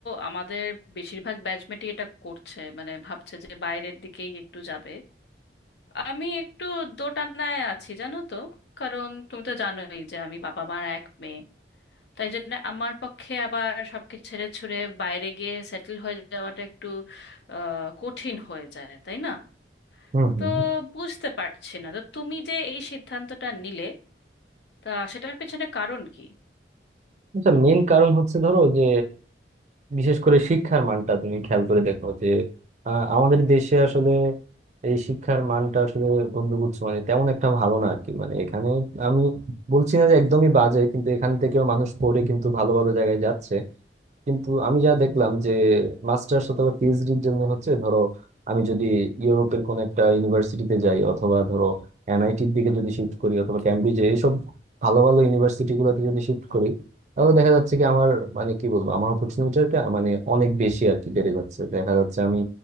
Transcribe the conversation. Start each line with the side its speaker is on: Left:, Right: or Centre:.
Left: আমাদের বেশিরভাগ ব্যাচমেটই এটা করছে মানে ভাবছে যে বাইরের দিকেই একটু যাবে আমি একটু দোটানায় আছি জানো তো কারণ তুমি তো জানোই যে আমি বাবা মার এক মেয়ে তাই জন্য আমার পক্ষে আবার সবকিছু ছেড়ে ছুড়ে বাইরে গিয়ে সেটেল হয়ে যাওয়াটা একটু আহ, কঠিন হয়ে যায় তাই না
Right: হম হম
Left: তো বুঝতে পারছি না তো তুমি যে এই সিদ্ধান্তটা নিলে তা সেটার পেছনে কারণ কি
Right: আচ্ছা মেইন কারণ হচ্ছে ধরো যে বিশেষ করে শিক্ষার মানটা তুমি খেয়াল করে দেখো যে আহ, আমাদের দেশে আসলে এই শিক্ষার মানটা আসলে বন্ধুগুচ্ছ মানে তেমন একটা ভালো না আর কি মানে এখানে আমি বলছি না যে একদমই বাজে কিন্তু এখান থেকেও মানুষ পড়ে কিন্তু ভালো ভালো জায়গায় যাচ্ছে কিন্তু আমি যা দেখলাম যে মাস্টার্স অথবা পিএইচডির জন্য হচ্ছে ধরো আমি যদি ইউরোপের কোন একটা ইউনিভার্সিটিতে যাই অথবা ধরো এনআইটির দিকে যদি শিফট করি অথবা ক্যামব্রিজে এইসব ভালো ভালো ইউনিভার্সিটি গুলোতে যদি শিফট করি তাহলে দেখা যাচ্ছে কি আমার মানে কি বলবো আমার অপরচুনিটিটা মানে অনেক বেশি আর কি বেড়ে যাচ্ছে দেখা যাচ্ছে আমি